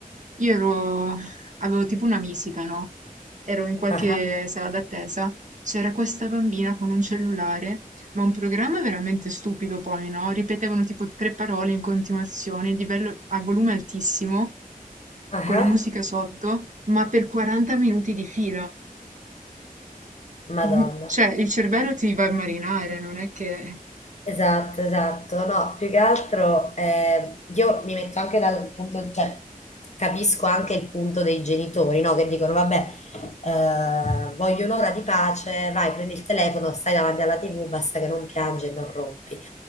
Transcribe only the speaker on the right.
Io ero... avevo tipo una visita, no? Ero in qualche
sala d'attesa. C'era questa bambina con un cellulare, ma un programma veramente stupido poi, no? Ripetevano tipo tre parole in continuazione, il livello a volume altissimo,
con la musica
sotto, ma per 40 minuti di fila.
Mh, cioè il cervello ti va a marinare, non è che